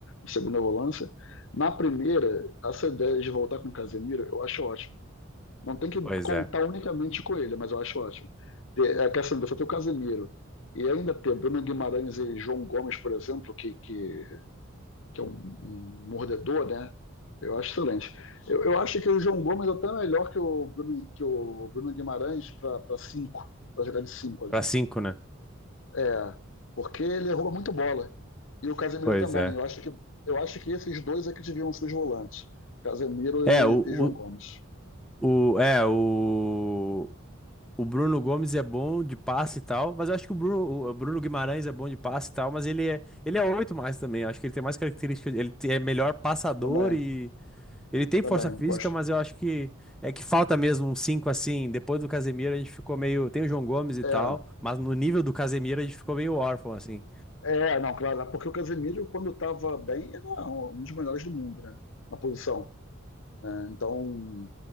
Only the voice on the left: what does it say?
segunda volância. Na primeira, essa ideia de voltar com o Casemiro, eu acho ótimo. Não tem que
contar
unicamente com ele, mas eu acho ótimo. Ter- É que assim, você tem o Casemiro e ainda ter Bruno Guimarães e João Gomes, por exemplo, que, que, que é um, um mordedor, né? Eu acho excelente. Eu, eu acho que o João Gomes até é melhor que o Bruno, que o Bruno Guimarães para cinco, para jogar de cinco ali.
né?
É, porque ele rouba muita bola. E o Casemiro
também.
Eu acho que, eu acho que esses dois é que deviam ser os volantes. Casemiro
e,
e João Gomes.
Também,
também,
gosto.
É,
É, não, claro, porque o Casemiro, quando estava bem, era um dos melhores do mundo, né? Na posição. né? Então,